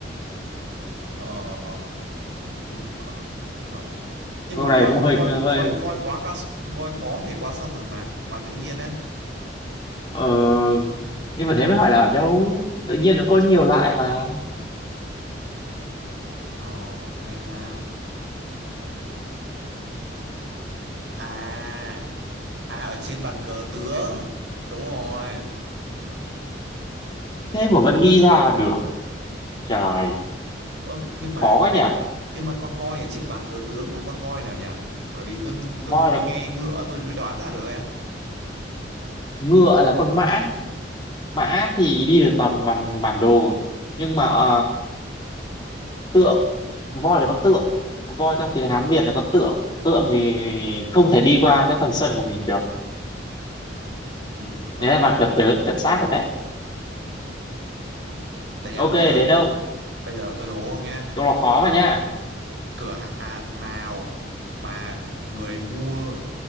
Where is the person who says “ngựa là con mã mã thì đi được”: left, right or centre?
Left